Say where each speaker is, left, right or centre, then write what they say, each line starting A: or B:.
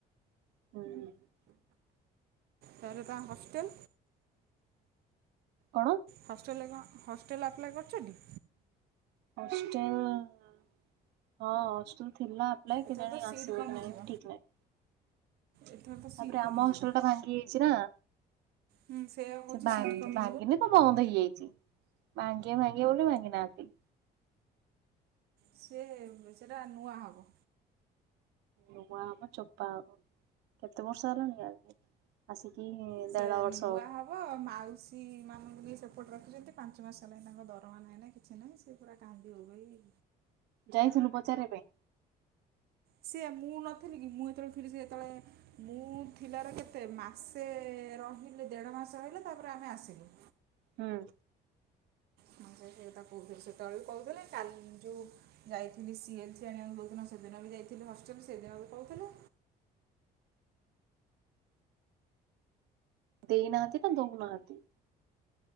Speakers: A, on the right; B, on the right.
A: <inaudible>
B: ତାରେ ତା ହଷ୍ଟେଲ।
A: କଣ
B: ହଷ୍ଟେଲରେ କଣ ହଷ୍ଟେଲ ଆପ୍ଲାଏ କରିଛନ୍ତି।
A: ହଷ୍ଟେଲ ହଁ ହଷ୍ଟେଲ ଥିଲା। <unintelligible>
B: ଏଥର
A: କେଜାଣି
B: ତ ସିଟ୍
A: ଆସିବ
B: କମିଯିବ
A: କି ନାହିଁ ଠିକ ନହିଁ। ତାପରେ
B: ଏଥର ତ ସିଟ୍
A: ଆମ
B: କମିଯିବ।
A: ହଷ୍ଟେଲ ଟା ଭାଙ୍ଗି ଯାଇଛି ନା।
B: ହୁଁ ସେୟାପା କହୁଛି
A: ସେ ଭାଙ୍ଗି
B: ସିଟ୍ କମି
A: ଭାଙ୍ଗିନି ତ ବନ୍ଦ ହେଇଯାଇଛି ଭାଙ୍ଗିବେ ଭାଙ୍ଗିବେ ବୋଲି ଭାଙ୍ଗି ନାହାନ୍ତି।
B: ସେ ସେଟା ନୂଆ ହବ।
A: ନୂଆ ହବ ଚୋପା ହବ କେତେ ବର୍ଷ ହେଲାଣି <unintelligible> ଆସିକି
B: ସେ
A: ଦେଢ ବର୍ଷ
B: ନୂଆ ହବ ମାଉସୀ ମାନଙ୍କୁ ନେଇ ସେପଟ ରଖିଛନ୍ତି ପାଞ୍ଚ ମାସ ହେଲାଣି ତାଙ୍କ ଦରମା ନାହିଁ ନାଇଁ କିଛି ନାଇଁ ସେ ପୁରା କାନ୍ଦିିବ ଭାବେଇ
A: ଯାଇଥିଲୁ ପଚାରିବା ପାଇଁ।
B: ସିଏ ମୁଁ ନଥିଲି କି ମୁଁ ଯେତେବେଳେ ଥିଲି ସେ ଯେତେବେଳେ ମୁଁ ଥିଲାର କେତେ ମାସେ ରହିଲେ ଦେଢ ମାସ ରହିଲା ତାପରେ ଆମେ ଆସିଲୁ।
A: ହୁଁ।
B: ହଁ ସେ ସେଥା କହୁଥିଲେ ସେତେବେଳେ କହୁଥିଲେ କାଲି ଯୋଉ ଯାଇଥିଲି ସି ଏଲ୍ ସି ଆଣିବାକୁ ଯଉଦିନ ସେଦିନ ବି ଯାଇଥିଲି ହଷ୍ଟେଲ ସେଦିନ ବି କହୁଥିଲ।
A: ଦେଇନାହାନ୍ତି ନା ଦଉ ନାହାନ୍ତି।